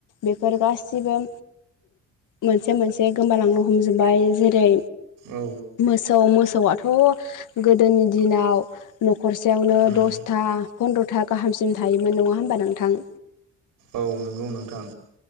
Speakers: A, on the left; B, on the right.
A: बेफोर गासिबो मोनसे मोनसे गोमालांनो हमजोब्बाय जेरै
B: औ
A: मोसौ मोसौआथ' गोदोनि दिनाव न'खरसेयावनो
B: उम
A: दसथा फन्द्रथा गाहामसिम थायोमोन नङा होमबा नोंथां।
B: औ नंगौ नोंथां।